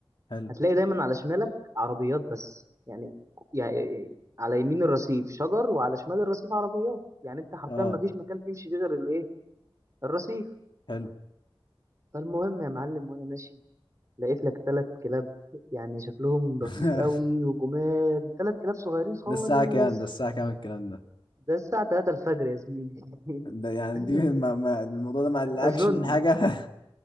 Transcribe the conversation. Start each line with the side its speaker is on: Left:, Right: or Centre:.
Left: حلو
Right: هتلاقي دايما على شمالك عربيات بس يعني يعني على يمين الرصيف شجر وعلى شمال الرصيف عربيات يعني انت حرفيا
Left: اه
Right: ما فيش مكان تمشي فيه غير الايه الرصيف
Left: حلو
Right: فالمهم يا معلم وانا ماشي لقيت لك ثلاث كلاب يعني شكلهم لطيف
Left: <laughs>
Right: قوي وجمال ثلاث كلاب صغيرين خالص
Left: ده الساعة كام ده الساعة كام الكلام ده
Right: ده الساعة 3 الفجر يا زميلي
Left: ده يعني
Right: <laughs>
Left: دي ما ما الموضوع ده ما قلقكش
Right: اظن
Left: من حاجة <laughs>